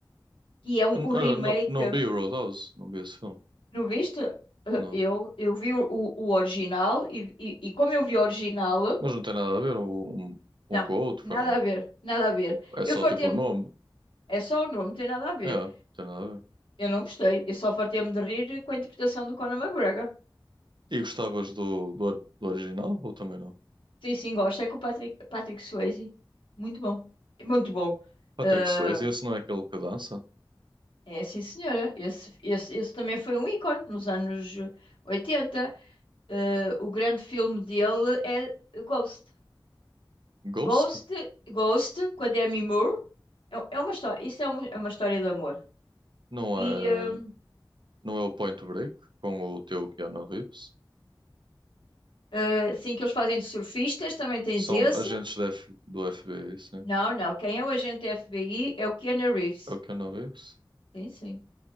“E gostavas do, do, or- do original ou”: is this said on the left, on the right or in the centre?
Right